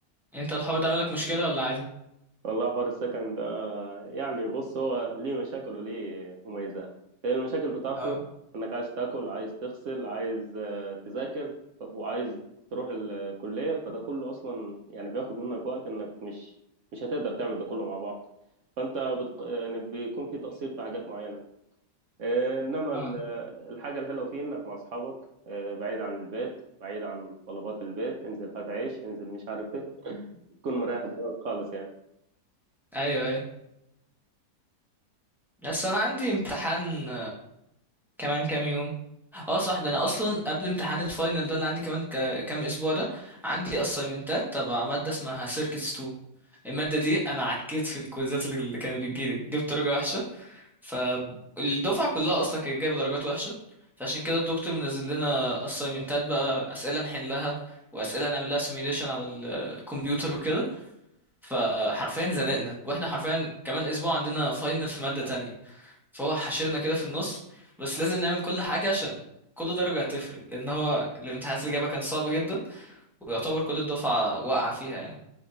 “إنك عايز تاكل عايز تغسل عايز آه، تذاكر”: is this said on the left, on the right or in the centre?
Right